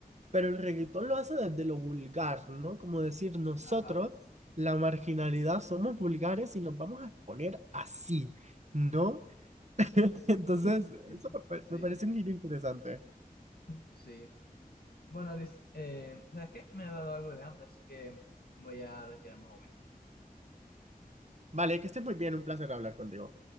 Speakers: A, on the right (about 45°); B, on the left (about 85°).
A: pero el reggaetón lo hace desde lo vulgar, ¿no? Como decir, nosotros,
B: ajá.
A: la marginalidad, somos vulgares y nos vamos a exponer así, ¿no? <laughs> Entonces,
B: <laughs>
A: eso me, pa-
B: Sí,
A: me parece un giro interesante.
B: sí. Bueno, Liz, eh, ¿sabes qué? Me ha dado algo de hambre, así que voy a retirarme. un momento.
A: Vale, que estés muy bien, un placer hablar contigo.